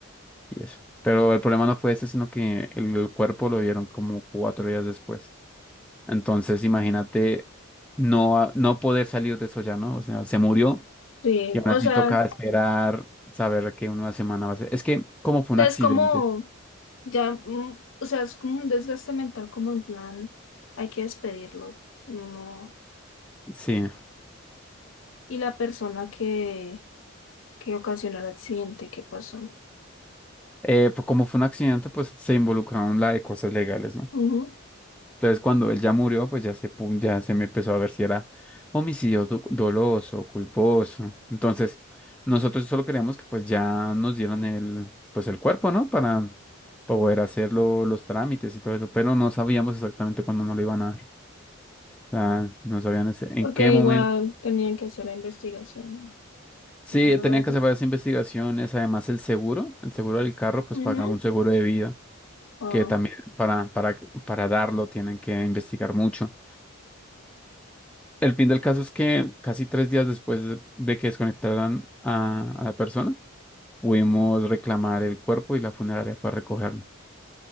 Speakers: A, in the centre; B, on the left.
A: y eso. Pero el problema no fue ese, sino que el, el cuerpo lo vieron como cuatro días después. Entonces, imagínate no, a- no poder salir de eso ya, ¿no? O sea, se murió
B: Sí,
A: y aún
B: o
A: así
B: sea,
A: toca esperar, saber que en una semana va a ser. Es que como fue
B: o sea,
A: un accidente,
B: es como. Ya, mm, o sea, es como un desgaste mental, como en plan, hay que despedirlo, no.
A: sí.
B: Y la persona que, que ocasionó el accidente, ¿qué pasó?
A: Eh, pues como fue un accidente, pues se involucraron la de cosas legales, ¿no?
B: Ujú.
A: Entonces, cuando él ya murió, pues ya se, pu- ya se me empezó a ver si era homicidio do- doloso, culposo. Entonces, nosotros solo queríamos que pues ya nos dieran el, pues el cuerpo, ¿no? Para poder hacer lo- los trámites y todo eso, pero no sabíamos exactamente cuándo nos lo iban a dar. O sea, no sabían ese-
B: Porque
A: en qué momento.
B: igual tenían que hacer la investigación,
A: Sí,
B: la
A: tenían
B: verdad.
A: que hacer varias investigaciones, además el seguro, el seguro del carro, pues
B: Ujú.
A: pagaba un seguro de vida,
B: Ah,
A: que también para, para, para darlo tienen que investigar mucho. El fin del caso es que casi tres días después de de que desconectaran a, a la persona, pudimos reclamar el cuerpo y la funeraria fue a recogerlo.